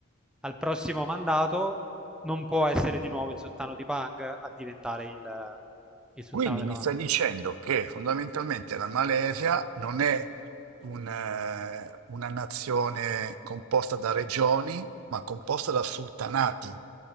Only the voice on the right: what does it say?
Quindi
mi stai
dicendo che fondamentalmente la Malesia non è un, eh, una nazione composta da regioni, ma composta da sultanati.